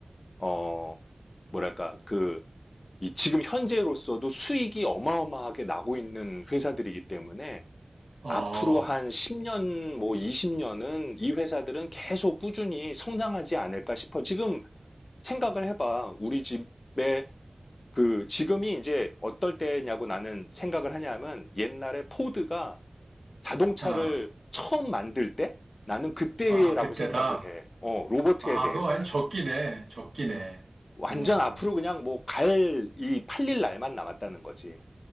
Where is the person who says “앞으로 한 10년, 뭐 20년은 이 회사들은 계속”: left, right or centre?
Left